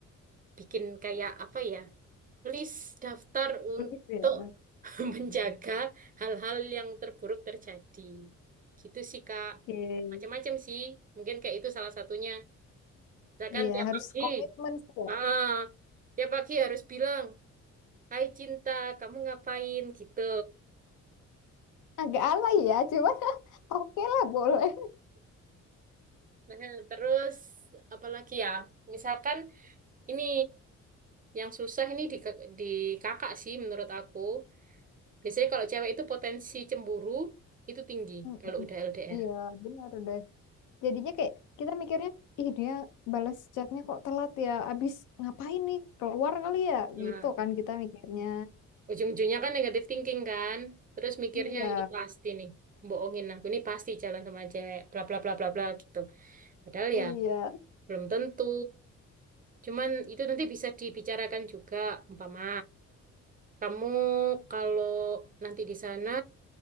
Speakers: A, on the right; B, on the left.
A: bikin kayak apa ya Please daftar untuk
B: Please ya.
A: <laughs> menjaga hal-hal yang terburuk terjadi. Gitu sih, Kak.
B: Oke.
A: Macam-macam sih. Mungkin kayak itu salah satunya. Misalkan
B: Iya,
A: tiap
B: harus
A: pagi,
B: Komitmen sih ya.
A: ah, tiap pagi harus bilang, Hai cinta, kamu ngapain? Gitu.
B: Agak alay ya, cuma <laughs> oke lah boleh.
A: Nah, terus apalagi ya? Misalkan ini yang susah ini di, di kakak sih menurut aku. Biasanya kalau cewek itu potensi cemburu itu tinggi
B: Mm-mm.
A: kalau udah LDR.
B: Iya, benar deh. Jadinya kayak kita mikirnya, ih dia balas chatnya kok telat ya, abis ngapain nih, keluar kali ya,
A: Nah,
B: gitu kan kita mikirnya.
A: Ujung-ujungnya kan negatif thinking kan. Terus mikirnya
B: Iya,
A: ini pasti nih. Bohongin aku ini pasti jalan sama cewek. Bla bla bla bla bla gitu. Padahal
B: iya.
A: ya belum tentu. Cuman itu nanti bisa dibicarakan juga umpama. Kamu kalau nanti di sana